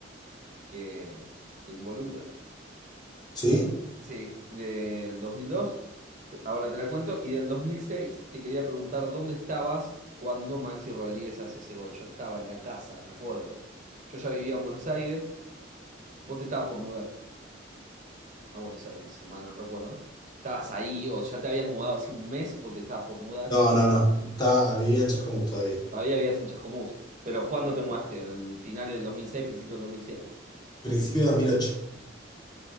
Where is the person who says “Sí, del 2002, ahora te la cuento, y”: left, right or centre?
Right